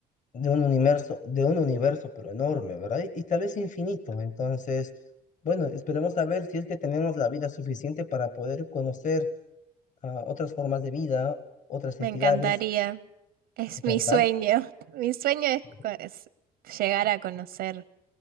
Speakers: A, on the left; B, on the right.
A: de un universo, de un universo, pero enorme, ¿verdad? Y, y tal vez infinito. Entonces, bueno, esperemos a ver si es que tenemos la vida suficiente para poder conocer ah, otras formas de vida, otras
B: Me
A: entidades,
B: encantaría, es
A: ¿verdad?
B: mi sueño. Mi sueño es,
A: <laughs>
B: co- es llegar a conocer